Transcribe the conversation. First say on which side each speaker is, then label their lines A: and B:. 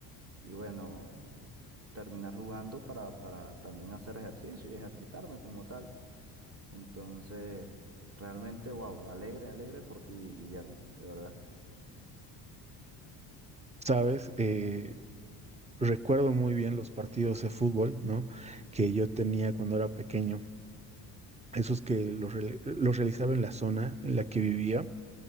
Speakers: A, on the right; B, on the right.
A: y, bueno, terminar jugando para, para también hacer ejercicio y ejercitarme como tal. Entonces, realmente, wow, alegre, alegre por ti, Guillermo, de verdad.
B: Sabes, eh, recuerdo muy bien los partidos de fútbol, ¿no? Que yo tenía cuando era pequeño. Esos que los, reali- los realizaba en la zona en la que vivía.